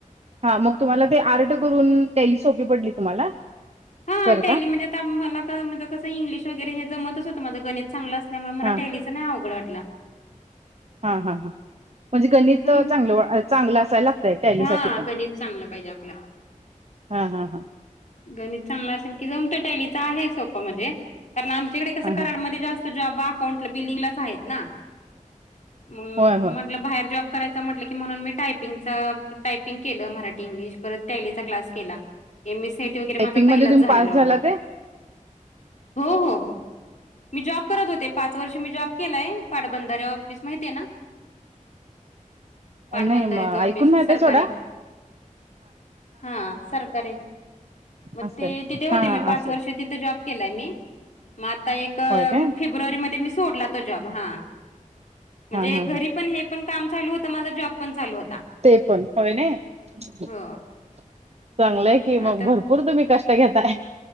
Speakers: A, on the right; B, on the left.
A: हा मग तुम्हाला ते आर्ट करून टॅली सोपी पडली तुम्हाला?
B: हा
A: करता
B: टॅली म्हणजे आता मला क म्हंजे कसं इंग्लीश वगैरे हे जमत च होत माझ गणित चांगल असल्यामुळे मला
A: हा
B: टॅलीच त नाही अवघड वाटला.
A: हा हा हां म्हणजे गणित
B: जम
A: चांगलं चांगलं असायलात त टॅली
B: हा
A: साठी पण
B: गणित चांगलं पाहिजे आपला
A: हा हा हा.
B: गणित चांगलं असेल की जमत टॅलीच आहे सोप म्हणजे कारण आमच्याकडे कसं
A: हा
B: कराडमध्ये
A: हा
B: जास्त त जॉब अकाऊट ला आहे बिलिंगलाच आहेत ना? मंग
A: होय होय
B: आपल बाहेर जॉब करायचा म्हटलं की म्हणून मी टायपिंगचा - टायपिंग केलं मराठी - इंग्लिश परत टॅलीचा क्लास केला. M S C I T वगैरे
A: टायपिंग
B: माझा पहिलाच
A: मध्ये तुम्ही
B: झालेला
A: पास झाला
B: होता.
A: ते
B: हो हो - मी जॉब करत होते पाच वर्ष मी जॉब केलाय पाटबंधारे ऑफिस माहितेय ना? पाटबंधाऱ्याच
A: नाही मग ऐकून
B: ऑफिस
A: माहीतय
B: सरकारी
A: सोडा.
B: हा सरकारे मग
A: असेल
B: ते तिथे होते
A: हा हा
B: मी पाच
A: असेल
B: वर्ष तिथे जॉब केलाय मी. मग आता एक
A: होय काय
B: फेब्रुवारी मध्ये मी सोडला तो जॉब हा. म्हणजे
A: हा हा
B: घरी
A: हा
B: पण हे पण काम चालू होत माझा जॉब पण चालू होता.
A: ते पण होय नाई चांगलंय
B: हो
A: कि. मग
B: आता
A: भरपूर तुम्ही कष्ट ते घेताय